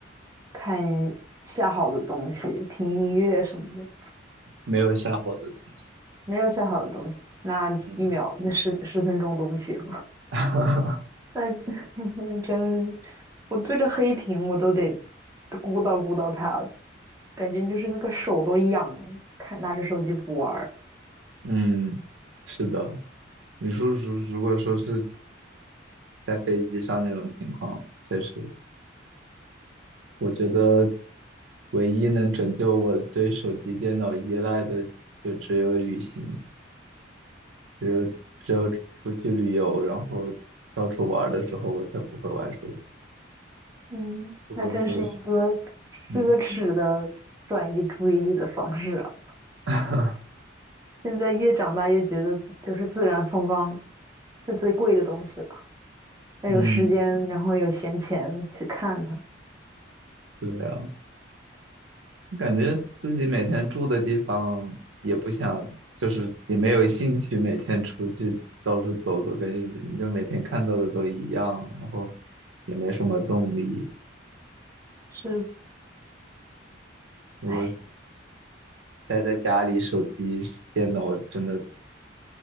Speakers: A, on the right (about 15°); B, on the right (about 75°).
A: 看下好的东西，听音乐什么的。
B: 没有下好的东西。
A: 没有下好的东西，那一秒那十十分钟都不行。
B: 嗯，<laughs>
A: 那 <laughs> 我真，我对着黑屏我都得鼓捣鼓捣它，感觉就是那个手都痒，看拿着手机不玩儿，
B: 嗯，是的。你说如如果说是在飞机上那种情况，确实，我觉得唯一能拯救我对手机、电脑依赖的，就只有旅行，只有只有出去旅游，然后到处玩儿的时候，我才不会玩手机。
A: 嗯，
B: 如果说是，
A: 那真是一个
B: 嗯
A: 奢侈的转移注意力的方式啊。
B: <laughs>
A: 现在越长大越觉得，就是自然风光是最贵的东西了，要有时间，
B: 嗯，
A: 然后有闲钱去看它，
B: 对啊。感觉自己每天住的地方也不想，就是也没有兴趣每天出去到处走走，感觉你就每天看到的都一样，然后也没什么动力。
A: 是，
B: 如果
A: 哎，
B: 待在家里，手机、电脑真的